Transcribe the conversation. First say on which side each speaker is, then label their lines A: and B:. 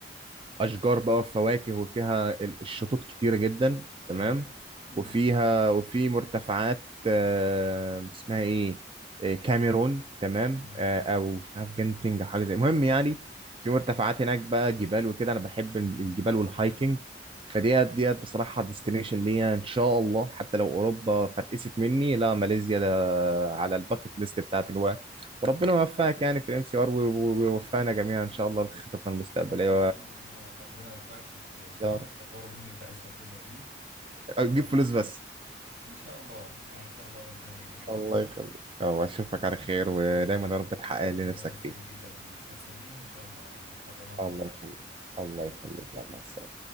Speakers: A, on the right; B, on the right.
A: اشجار بقى وفواكه وفيها ال- الشطوط كتيره جدا تمام
B: ايوه مم.
A: وفيها وفي مرتفعات آه، اسمها ايه آه، كاميرون تمام
B: مم.
A: آه، او مش عارف جنتنج أو حاجه زي المهم يعني في مرتفعات هناك بقى جبال وكده انا بحب ال- الجبال والهايكنج فديت ديت بصراحه ديستنيشن ليا ان شاء الله حتى لو اوروبا فرقست مني لا ماليزيا ده
B: مم.
A: على الباكت ليست بتاعتي جوا وربنا يوفقك يعني في الام سي ار ويوفقنا جميعا ان شاء الله لخططنا المستقبليه
B: والله ان شاء الله ربنا يوفقك وت... وتخوض
A: يا رب
B: التجارب اللي انت عايز تاخدها دي
A: جيب
B: وال...
A: فلوس بس
B: ان شاء الله يعني ان شاء الله ربنا يكرمنا
A: الله يخليك الله اشوفك على خير ودايما
B: نشوفك
A: يا
B: على
A: رب
B: خير
A: تحقق
B: وان
A: اللي نفسك
B: انا سعيد
A: فيه
B: جدا بالمحادثة دي وان شاء الله نكررها في
A: الله
B: مواضيع
A: يخليك
B: مختلفة
A: الله يخليك يلا سلام